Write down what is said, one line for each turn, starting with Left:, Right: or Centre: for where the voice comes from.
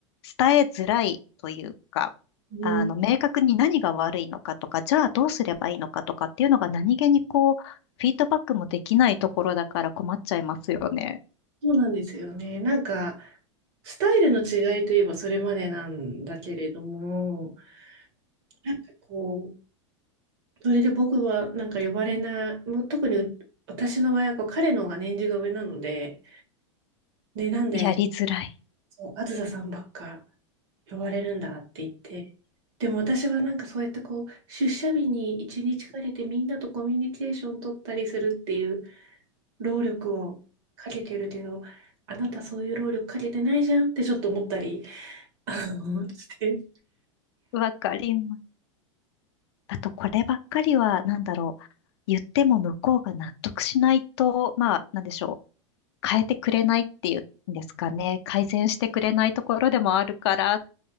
Left: 伝えづらいというか、
Right: ん
Left: あの、明確に何が悪いのかとか、じゃあどうすればいいのかとかっていうのが何気にこう、フィードバックもできないところだから困っちゃいますよね。
Right: そうなんですよね。なんか、スタイルの違いといえばそれまでなんだけれども、なんかこう、それで僕はなんか呼ばれない、もう特にう私の場合はこう彼の方が年次が上なので、で、なんで、
Left: やりづらい。
Right: そう、あずささんばっか呼ばれるんだって言って、でも私はなんかそうやってこう、出社日に一日かけてみんなとコミュニケーション取ったりするっていう労力をかけてるけど、あなたそういう労力かけてないじゃんってちょっと思ったり、あの、して。
Left: わかります。あと、こればっかりは、なんだろう。言っても向こうが納得しないと、まあ、なんでしょう。変えてくれないっていうんですかね。改善してくれないところでもあるから、